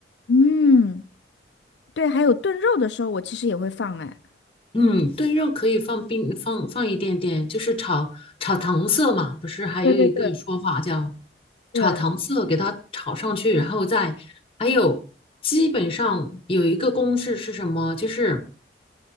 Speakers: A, on the left; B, on the left.
A: 嗯，对，还有炖肉的时候，我其实也会放哎。
B: 嗯，炖肉可以放冰，放放一点点，就是炒炒糖色嘛，不是还有一个说法叫
A: 对对对
B: 炒糖色，
A: 对。
B: 给它炒上去，然后再还有基本上有一个公式是什么？就是